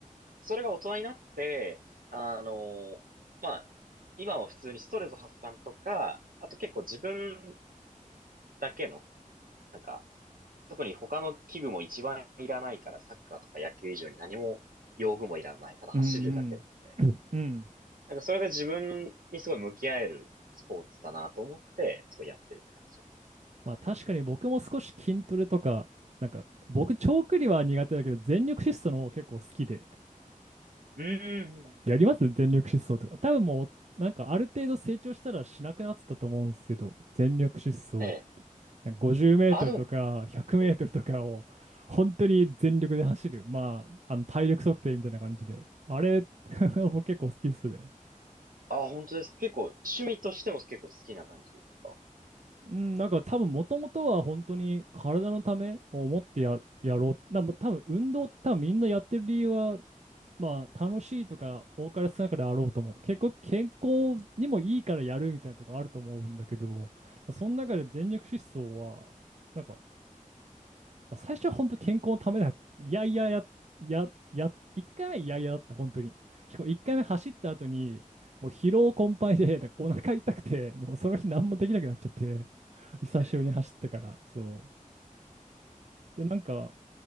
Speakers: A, on the right (about 90°); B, on the right (about 55°).
A: それが大人になって、あの、まあ、今は普通にストレス発散とか、あと結構自分だけの、なんか、特に他の器具も一番いらないから、サッカーとか野球以上に何も用具もいらない、ただ走るだけなんで。
B: うんうん。<clears throat> うん。
A: なんかそれで自分にすごい向き合えるスポーツだなと思って、すごいやってるって感じです。
B: まあ確かに僕も少し筋トレとか、なんか僕長距離は苦手だけど全力疾走の方結構好きで。
A: うん。
B: やります全力疾走とか。多分もうなんかある程度成長したらしなくなってたと思うんですけど、全力疾走
A: ええ。
B: なんか50メートルとか100メートルとかを本当に全力で走る。
A: あ、でも、ええ。
B: まあ、あの体力測定みたいな感じで。あれ、<laughs> 僕結構好きっすね。
A: あ、本当です。結構、趣味としても結構好きな感じですか。
B: うん、なんか多分もともとは本当に体のためを思ってや、やろう。なんか多分運動多分みんなやってる理由は、まあ楽しいとか多かれ少なかれあろうと思う。結構健康にもいいからやるみたいなとこあると思うんだけど、その中で全力疾走は、
A: ええ。
B: なんかまあ、最初は本当健康のためだ。いやいやや、や、や、1回目はいやいやだった、本当に。しかも1回目走った後に、
A: うん
B: もう疲労困憊で、なんかお腹痛くて、もうその日何もできなくなっちゃって、久しぶりに走ったから、
A: ええ。
B: そう。で、なんか